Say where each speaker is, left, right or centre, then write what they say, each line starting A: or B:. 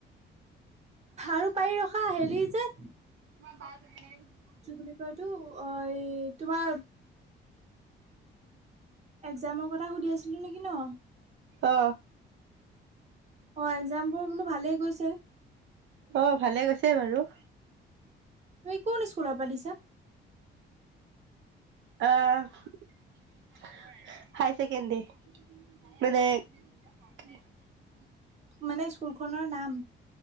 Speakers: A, on the right (about 35°); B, on the right (about 70°).
A: আৰু পাৰি ৰখা হেৰি যে
B: <unintelligible>
A: কি বুলি কয় এইটো অহ, তোমাৰ একজামৰ কথা সুধি আছিলোঁ নেকি ন'?
B: অ
A: অহ, একজামবোৰ বোলো ভালেই গৈছে।
B: অহ, ভালে গৈছে বাৰু।
A: তুমি কোন স্কুলৰ পৰা দিছা?
B: অহ। হাইছেকেণ্ডাৰী, মানে
A: মানে স্কুলখনৰ নাম?